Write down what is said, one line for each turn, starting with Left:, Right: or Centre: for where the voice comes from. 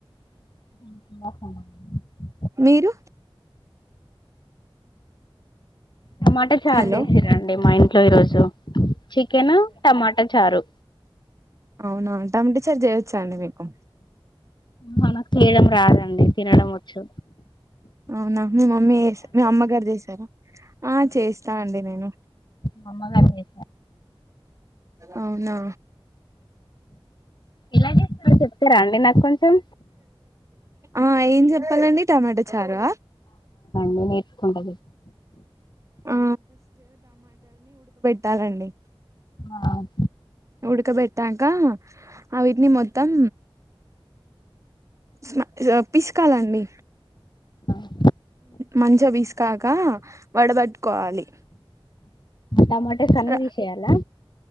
Left: <unintelligible>
Right: మీరు.
Left: టమాటా చారు
Right: హలో
Left: జేసింరండి మా ఇంట్లో ఈరోజు. చికెను టమాటా చారు.
Right: అవ్నా టమాట చారు జేయొచ్చాండి మీకు.
Left: మనకు చేయడం రాదండి తినడమోచ్చు.
Right: అవ్నా మీ మమ్మీ మీ అమ్మగారు చేసారా? అ చెస్తానండి నేను.
Left: మమ్మగారిని
Right: అవ్నా
Left: ఎలా చేస్తారో చెప్తారా అండి నాకు కొంచెం
Right: ఆ ఏం జెప్పాలండి టమాటా చారా
Left: నేను కూడా.
Right: ఆ తాగండి.
Left: ఆహ్.
Right: ఉడకబెట్టాక ఆవీటిని మొత్తం. స్ల పిసుకాలండి.
Left: ఆ
Right: మంచిగా పిసికాక వడబట్టుకోవాలి
Left: టమాటాస్ అన్ని
Right: ర
Left: తీసేయాలా